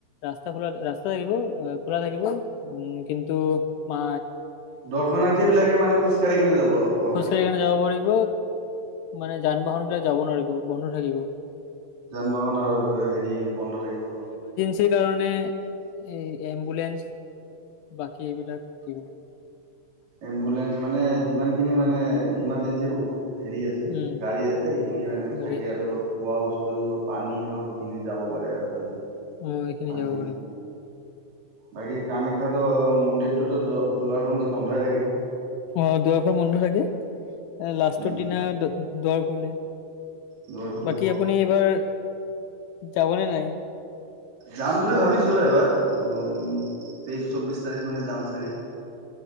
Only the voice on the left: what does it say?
ৰাস্তা খোলা ৰা থাকিব খুলা থাকিব কিন্তু মা
খোজকাঢ়ি
কেনে যাব পাৰিব মানে যান বাহন বিলাক যাব নোৱাৰিব বন্ধ থাকিব
সেই কাৰণে এই এম্বুলেন্ঞ্চ বাকী এইবিলাক থাকিব
উম।
গাড়ী
আছে।
অ এইখিনি
যাব পাৰিব
অ দোৱাৰখন বন্ধ থাকে এ লাষ্টৰ
দিনা দু দুৱাৰ খুলে
বাকী আপুনি এইবাৰ যাবনে নাই